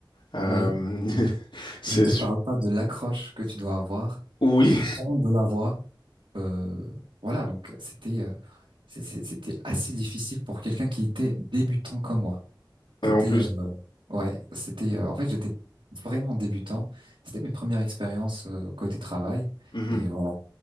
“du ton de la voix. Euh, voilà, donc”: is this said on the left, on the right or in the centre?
Right